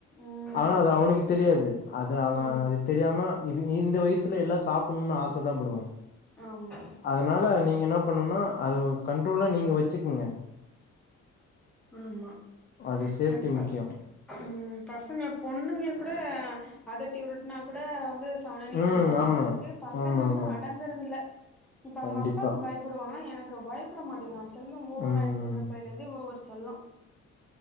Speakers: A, in the centre; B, on the left.
A: ம்
B: ஆனா அது அவனுக்கு தெரியாது அது அவன்
A: ஆமா
B: அது தெரியாம இவிங்க இந்த வயசுல எல்லா சாப்பணும்ன்னு ஆச தான் படுவோ
A: ஆமா
B: அதனால நீங்க என்ன பண்ணும்னா அது கண்ட்ரோல்லா நீங்க வச்சுக்குங்க
A: ஆமா
B: அது சேஃப்டி
A: கண்
B: முக்கியோ
A: ம் பசங்கள பொண்ணுங்கள கூட அதட்டி உருட்டுனா கூட வந்து சவனேன்
B: ம்
A: இருந்துருவாங்க
B: ஆமா
A: போல இருக்கு பசங்க
B: ஆமா
A: வந்து
B: ஆமா
A: அடங்குறது இல்ல இப்ப அவுங்க
B: கண்டிப்பா
A: அப்பாவுக்கு பயப்படுவாங்க எனக்கு பயப்பட மாட்டேங்குறா செல்லொ ஒவரா
B: ம்
A: ஆயிச்சு சின்ன லஇருந்தே ஒவர் செல்லொ